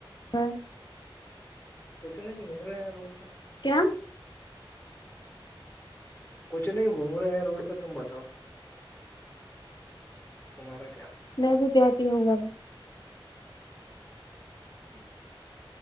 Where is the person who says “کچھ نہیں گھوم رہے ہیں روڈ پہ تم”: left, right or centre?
Left